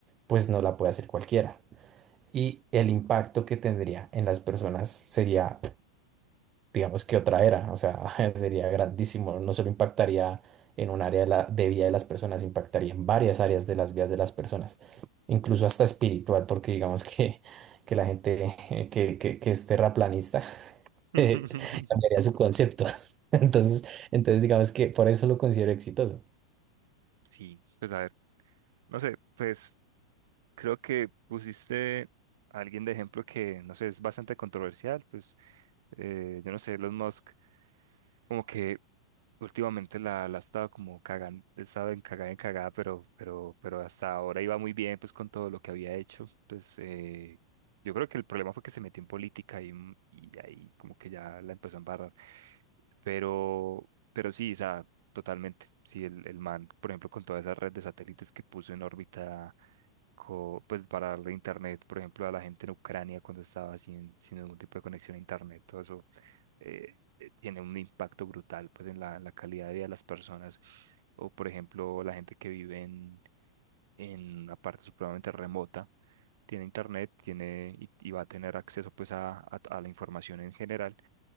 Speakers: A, on the right; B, on the right.
A: pues no la puede hacer cualquiera y el impacto que tendría en las personas sería, digamos que otra era, o sea, <laughs> sería grandísimo, no solo impactaría en un área de, la, de vida de las personas, impactaría en varias áreas de las vidas de las personas, incluso hasta espiritual, porque digamos que, que la gente eh, que, que, que es terraplanista <laughs>
B: <laughs>
A: eh, cambiaría su concepto. <laughs> Entonces, entonces, digamos que por eso lo considero exitoso.
B: Sí, pues a ver. No sé, pues creo que pusiste a alguien de ejemplo que, no sé, es bastante controversial. Pues eh, yo no sé, Elon Musk, como que Últimamente la, la ha estado como cagando, estado en cagada en cagada, pero, pero, pero hasta ahora iba muy bien pues con todo lo que había hecho. Pues eh, yo creo que el problema fue que se metió en política y, mm, y ahí como que ya la empezó a embarrar. Pero, pero sí, o sea, totalmente. Sí, el, el man, por ejemplo, con toda esa red de satélites que puso en órbita co- pues para darle internet, por ejemplo, a la gente en Ucrania cuando estaba sin, sin ningún tipo de conexión a internet, todo eso eh, eh, tiene un impacto brutal pues en la, la calidad de vida de las personas. O por ejemplo, la gente que vive en, en una parte supremamente remota, tiene internet, tiene y, y va a tener acceso pues a, a- a la información en general.